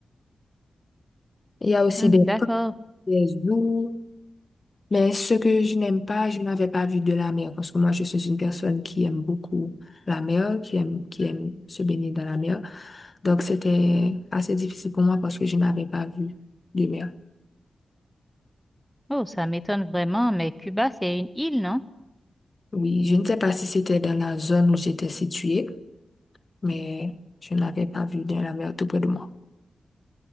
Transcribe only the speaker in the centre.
Hmm,
d'accord.
Oh, ça m'étonne vraiment, mais Cuba, c'est une île, non?